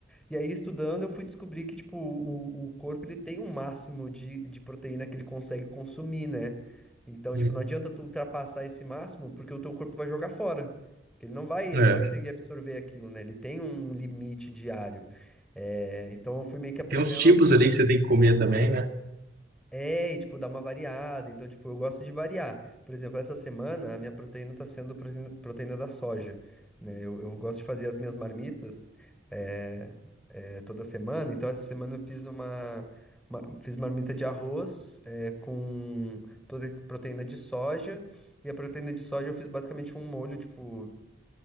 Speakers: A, in the centre; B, on the right.
A: E aí, estudando, eu fui descobrir que, tipo, o, o corpo ele tem um máximo de, de proteína que ele consegue consumir, né? Então,
B: Uhum.
A: tipo, não adianta tu ultrapassar esse máximo, porque o teu corpo vai jogar fora. Porque ele não vai, ele
B: É.
A: não vai conseguir absorver aquilo, né? Ele tem um um limite diário. É, então eu fui meio que aprendendo
B: Tem uns tipos
A: aos poucos.
B: ali que você tem que comer também, né?
A: É, e tipo, dar uma variada. Então, tipo, eu gosto de variar. Por exemplo, essa semana a minha proteína tá sendo proteína, proteína da soja, né? Eu, eu gosto de fazer as minhas marmitas é, é, toda semana. Então, essa semana eu fiz uma, uma- fiz marmita de arroz é, com prote- proteína de soja. E a proteína de soja eu fiz basicamente um molho, tipo